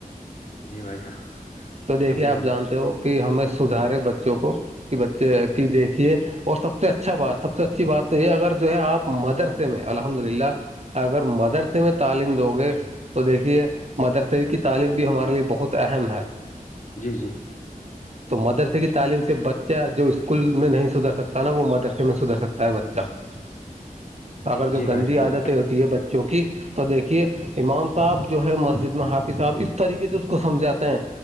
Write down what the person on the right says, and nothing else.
تو دیکھیے
آپ
جانتے ہو کہ ہمیں سدھارے بچوں کو کہ بچے کی دیکھیے اور سب سے اچھا بات سب سے اچھی بات تو یہ اگر جو ہے آپ مدرسے میں الحمد للہ اگر مدرسے میں تعلیم دو گے تو دیکھیے مدرسے کی تعلیم بھی ہمارے لیے بہت اہم ہے
تو مدرسے کی تعلیم سے بچہ جو اسکول میں نہیں سدھر سکتا نا وہ مدرسے میں سدھر سکتا ہے بچہ ا اگر جو
گندی
عادتیں ہوتی ہے بچوں کی تو دیکھیے امام صاحب جو ہے مسجد میں حافظ صاحب اس طریقے سے اس کو سمجھاتے ہیں